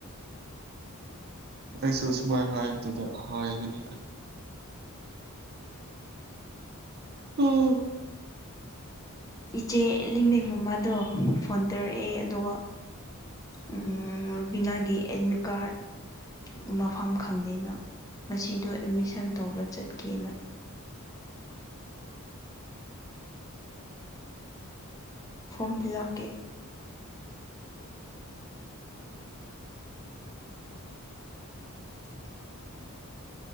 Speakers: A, on the right; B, on the left.
A: ꯅꯪꯁꯨ ꯁꯨꯃꯥꯏꯅ ꯍꯥꯏꯕꯗꯨꯗ ꯍꯥꯏꯕꯅꯤꯗ ꯑꯥ
B: ꯏꯆꯦ ꯂꯤꯡꯅꯤꯡ ꯃꯃꯥꯗꯣ ꯐꯣꯟ ꯇꯧꯔꯛꯑꯦ ꯑꯗꯨꯒ ꯎꯝ ꯔꯨꯕꯤꯅꯥꯒꯤ ꯑꯦꯗꯃꯤꯠ ꯀꯥꯔꯠ ꯃꯐꯝ ꯈꯪꯗꯦꯅ ꯉꯁꯤꯗꯣ ꯑꯦꯠꯃꯤꯁꯟ ꯇꯧꯕ ꯆꯠꯀꯦꯅ ꯐꯣꯔꯝ ꯐꯤꯜꯂꯞꯀꯤ <inaudible>